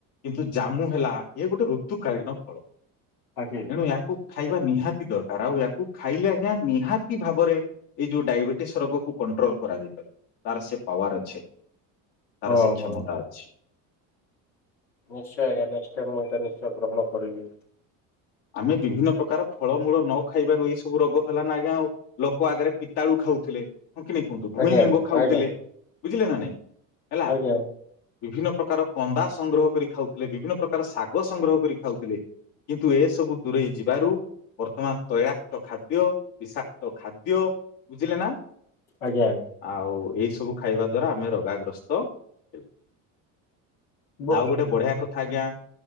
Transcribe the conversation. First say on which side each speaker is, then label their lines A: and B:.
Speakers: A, on the left; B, on the left.
A: କିନ୍ତୁ ଜାମୁ ହେଲା ଇଏ ଗୋଟେ ଋତୁକାଳୀନ ଫଳ।
B: ଆଜ୍ଞା।
A: ଏଣୁ ୟାକୁ ଖାଇବା ନିହାତି ଦରକାର ଆଉ--ୟାକୁ ଖାଇଲେ ଆଜ୍ଞା ନିହାତି ଭାବରେ ଏଇ ଯୋଉ ଡାଇବେଟିସ ରୋଗକୁ କଣ୍ଟ୍ରୋଲ କରାଯାଇ ପାରିବ। ତାର ସେ ପାୱାର ଅଛି ତାର
B: ଓହୋ।
A: ସେ କ୍ଷମତା ଅଛି।
B: ନିଶ୍ଚୟ ଆଜ୍ଞା ନେଷ୍ଟ ଟାଇମ ମୁଁ ଏଟା ନିଶ୍ଚୟ ଗ୍ରହଣ କରିବି।
A: ଆମେ ବିଭିନ୍ନ ପ୍ରକାର ଫଳମୂଳ ନ ଖାଇବାରୁ ଏଇ ସବୁ ରୋଗ ହେଲାନା ଆଜ୍ଞା ଆଉ। ଲୋକ ଆଗରେ ପିତାଳୁ ଖାଉଥିଲେ ହଁ କି ନାଇ କୁହନ୍ତୁ ଭୁଇଁନିମ୍ବ
B: ଆଜ୍ଞା
A: ଖାଉଥିଲେ
B: ଆଜ୍ଞା
A: ବୁଝିଲେ ନା ନାଇଁ ହେଲା।
B: ଆଜ୍ଞା
A: ବିଭିନ୍ନ ପ୍ରକାର କନ୍ଦା ସଂଗ୍ରହ କରି ଖାଉଥିଲେ ବିଭିନ୍ନ ପ୍ରକାର ଶାଗ ସଂଗ୍ରହ କରି ଖାଉଥିଲେ। କିନ୍ତୁ ଏସବୁ ଦୂରେଇ ଯିବାରୁ ବର୍ତ୍ତମାନ ତୈଳାକ୍ତ ଖାଦ୍ୟ, ବିଷାକ୍ତ ଖାଦ୍ୟ ବୁଝିଲେ ନା।
B: ଆଜ୍ଞା।
A: ଆଉ ଏଇ ସବୁ ଖାଇବା ଦ୍ଵାରା ଆମେ ରୋଗାଗ୍ରସ୍ତ ହେଉ।
B: ବ
A: ଆଉ ଗୋଟେ ବଢିଆ କଥା ଆଜ୍ଞା